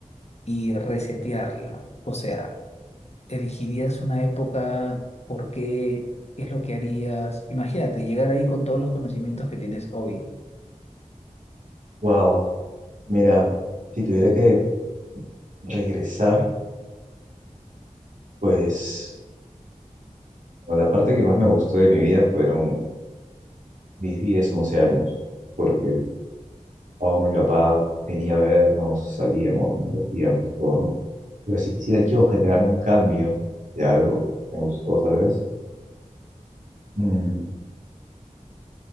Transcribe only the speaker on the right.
Wow, mira, si tuviera que regresar, pues bueno, la parte que más me gustó de mi vida fueron mis 10, 11 años, porque o mi papá venía a vernos, salíamos, nos divertíamos, todo, ¿no? Pero si quisiera yo generar un cambio de algo que me gustó, tal vez, mm,